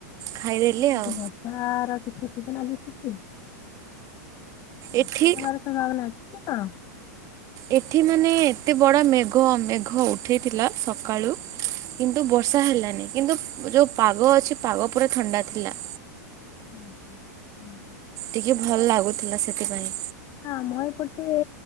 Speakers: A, on the right; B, on the left.
A: ଖାଇଦେଲି
B: ନା ଆଜି
A: ଆଉ
B: ବର୍ଷା ର କିଛି ସୂଚନା ଦିଶୁଛି? ବର୍ଷା
A: ଏଠି
B: ହବାର ସମ୍ଭାବନା ଅଛି କି କଣ?
A: ଏଠି ମାନେ ଏତେ ବଡ଼ ମେଘ ମେଘ ଉଠେଇଥିଲା ସକାଳୁ କିନ୍ତୁ ବର୍ଷା ହେଲାନି କିନ୍ତୁ ଯଉଁ ପାଗ ଅଛି ପାଗ ପୁରା ଥଣ୍ଡା ଥିଲା।
B: <unintelligible>
A: ଟିକେ ଭଲ ଲାଗୁଥିଲା ସେଥିପାଇଁ।
B: ନା ଆମର ଏପଟେ